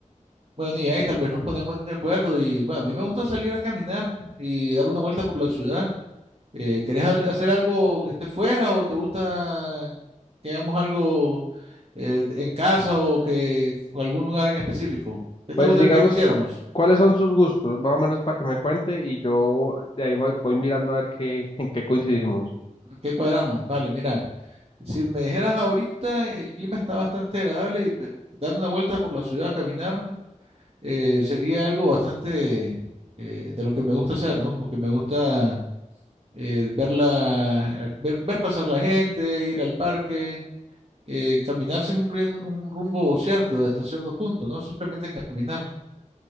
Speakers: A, on the right; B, on the left.
A: Bueno, y ahí tal vez nos ponemos de acuerdo. Y bueno, a mí me gusta salir a caminar y dar una vuelta por la ciudad. Eh, ¿querés al- hacer algo que esté fuera o te gusta que hagamos algo eh, en casa o que o algún lugar en específico? ¿Qué
B: Pues
A: te gustaría
B: digamos,
A: que hiciéramos?
B: ¿cuáles son sus gustos? Más o menos para que me cuente y yo de ahí voy, voy mirando a ver qué, en qué coincidimos.
A: ¿Qué cuadramos? Vale, mira, si me dijeras ahorita, el clima está bastante agradable y pues, dar una vuelta por la ciudad, caminar. eh, sería algo bastante eh, de lo que me gusta hacer, ¿no? Porque me gusta eh, ver, la- ver, ver pasar la gente, ir al parque, eh, caminar sin un, rin- un rumbo cierto, hasta cierto punto, ¿no? Simplemente caminar.